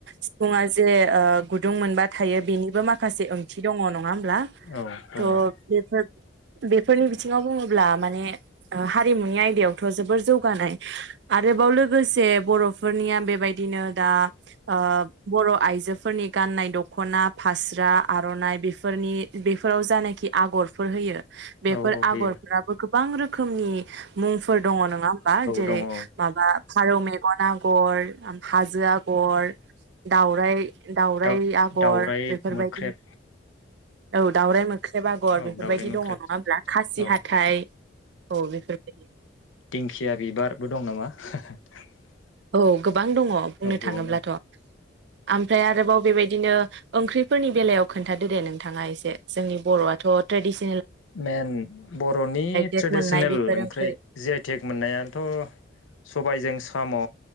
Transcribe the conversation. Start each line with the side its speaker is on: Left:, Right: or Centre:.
Right: सिफुङा। जे ओ-गुदुं मोनबा थायो बेनिबो माखासे ओं थि दङ' नङा होमब्ला
Left: औ दङ
Right: थह
Left: औ
Right: बेफोर। बेफोरनि बिथिङाव बुङोब्ला माने हारिमुनि आयदायावथ' जोबोर जौगानाय आरोबाव लोगोस से बर'फोरनिया बेबायदिनो। दा ओ- बर'। आइजोफोरनि गाननाय दख'ना फास्रा आर'नाइ बेफोरनि बेफोराव जानाखि आगरफोर होयो। बेफोर
Left: औ
Right: आगरफ्राबो
Left: होयो
Right: गो बां रोखोमनि। मुंफोर दङ नङा होमबा जेरै-
Left: दङ औ
Right: माबा। फारौ मेगन आगर हाजो आगर दावराइ। दाउराइ
Left: दाउ
Right: आगर
Left: दाउराइ
Right: बेफोरबायदि।
Left: मोख्रेब
Right: औ दावराय मो ख्रेब आगर
Left: औ
Right: बेफोरबायदि
Left: दाउराइ मोख्रेब
Right: दङ नङा होनब्ला खासि
Left: औ
Right: हाथाय औ बेफोरबायदि।
Left: दिंखिया बिबारबो <unintelligible>
Right: औ गोब बां दङ बुंनो
Left: औ गोबां
Right: थाङोब्लाथ'।
Left: दं
Right: आमफ्राय आरोबाव बेबायदिनो ओंख्रिफोरनि बेलायाव खोन्थादो दे नोंथाङा एसे जोंनि बर'आथ' ट्रेडिसन।
Left: मेन बर'नि
Right: टेक
Left: ट्रेडिसनेल
Right: मोननाय बेफोर
Left: ओंख्रै
Right: ओंख्रि
Left: जि आइ टेक मोननायाथ' सबायजों साम'।